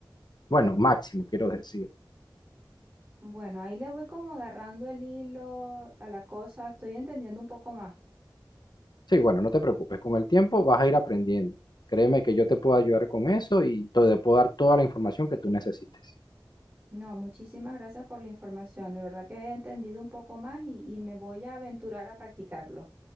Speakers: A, on the left; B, on the right.
A: Bueno, máximo, quiero decir.
B: Bueno, ahí le voy como agarrando el hilo a la cosa, estoy entendiendo un poco más.
A: Sí, bueno, no te preocupes. Con el tiempo vas a ir aprendiendo. Créeme que yo te puedo ayudar con eso y te puedo dar toda la información que tú necesites.
B: No, muchísimas gracias por la información, de verdad que he entendido un poco más y, y me voy a aventurar a practicarlo.